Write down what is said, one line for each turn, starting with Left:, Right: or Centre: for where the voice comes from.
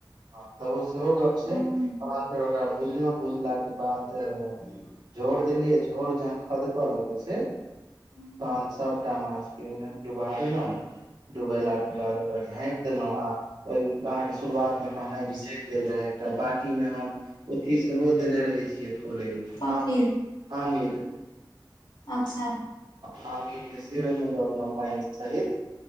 Right: हँ त ओ सेहो गप
Left: हूँ
Right: छै तहन फेर ओकरा भुजलहुँ भुजलााक के बाद। झोर देलियै झोर जहन खदकऽ लगै छै
Left: हूँ
Right: तहन सब। छटा माछ के ओहिमे डुबा देलहुँं डुबेला के बाद ओकरा झाँपि देलहुॅं आ। ओहि अहाँके शुरुआतमे कहनाइ बिसरि गेल रहै एकटा बाटीमे हम। अथी सेहो देने रहै छियै फुलय लेल
Left: कथी
Right: आमिल आमिल।
Left: अच्छा।
Right: हँी इ श्रीरमे द अपला पइ साहित।